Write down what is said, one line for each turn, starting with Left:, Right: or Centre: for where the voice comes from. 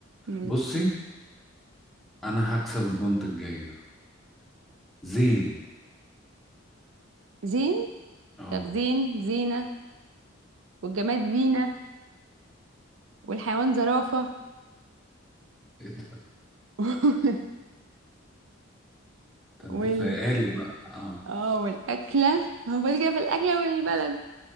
Right: ماشي
Centre: بصي أنا هكسب البونت الجاي ده زين
Right: زين
Centre: اه
Right: طب زين زينه والجماد زينه والحيوان زرافه
Centre: ايه ده
Right: <laughs>
Centre: ده انت
Right: وال
Centre: فايقالي بقى اه
Right: اه والاكله هو فاضل كده في الاكله والبلد